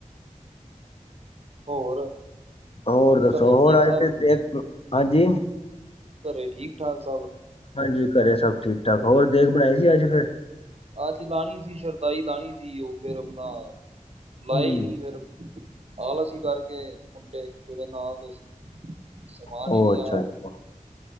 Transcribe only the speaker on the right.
ਹੋਰ?
ਘਰੇ
ਠੀਕ
ਸਭ
ਘਰੇ ਠੀਕ-ਠਾਕ ਸਭ?
ਅੱਜ ਲਾਣੀ ਸੀ ਸ਼ਰਤਾਈ ਲਾਣੀ ਸੀ, ਉਹ ਫੇਰ ਆਪਣਾ ਲਾਈ
ਨੀ ਫੇਰ ਆਲਸੀ ਕਰਕੇ ਮੁੰਡੇ ਜ ਨਾਲ ਦੇ ਸੀ ਸਮਾਨ
ਹੀ ਨੀ
ਆਇਆ
ਹੋ